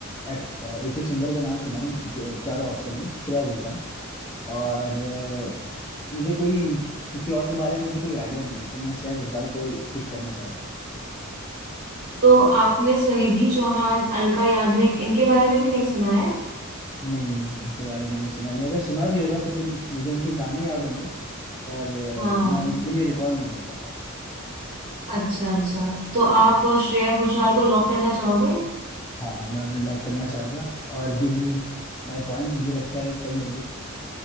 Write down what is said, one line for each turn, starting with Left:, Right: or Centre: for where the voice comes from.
Left: एक्ट एक ही सिंगर का नाम सुना है ज- चारों ऑप्शन में श्रेया घोषाल और अ, मुझे कोई किसी और के बारे में मुझे कोई आइडिया नहीं है तो मैं श्रेया घोषाल को ही पिक करना चाहता हूँ
Right: तो आपने सुनिधि चौहान अलका याग्निक इनके बारे में भी नहीं सुना है
Left: नहीं नहीं इनके बारे में मैंने सुना नहीं अगर सुना भी होगा तो फिर मुझे इनके गाने याद होंगे पर
Right: हाँ
Left: अ, मैं इन- इन्हें रिकॉल नहीं कर पा रहा
Right: अच्छा अच्छा तो आप
Left: हाँ
Right: श्रेया घोषाल को लॉक करना चाहोगे
Left: हाँ हाँ मैं उन्हें लॉक करना चाहूंगा और गिव मी माई पॉइंट मुझे लगता है सही होंगी